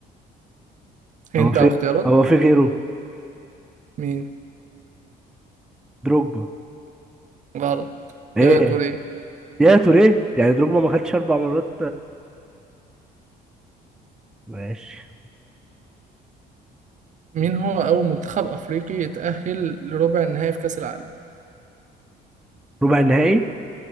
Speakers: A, on the right; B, in the centre.
A: انت
B: هو في
A: على الاختيارات
B: هو في غيره
A: مين؟
B: دروجبا
A: غلط
B: ايه
A: يايا توريه
B: يا توريه يعني دروجبا ما خدش اربع مرات ماشي
A: مين هو أول منتخب أفريقي يتأهل لربع النهائي في كأس العالم؟
B: ربع النهائي